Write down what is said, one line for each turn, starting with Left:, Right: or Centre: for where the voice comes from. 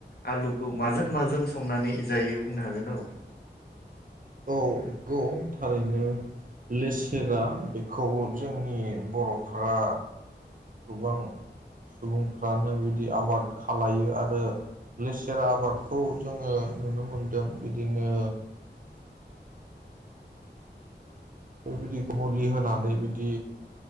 Left: आलुखौ माजों माजों संनानै जायो बुंनो हागोन नामा?
Right: औ नंगौ थारैनो लेसेरा बेखौ जोंनि बर'फ्रा गोबां सुबुंफ्रानो बिदि आबाद खालायो आरो लेसेरा आबादखौ जोङो नुनो मोनदों बिदिनो बेबायदि मुलि होनानै बिदि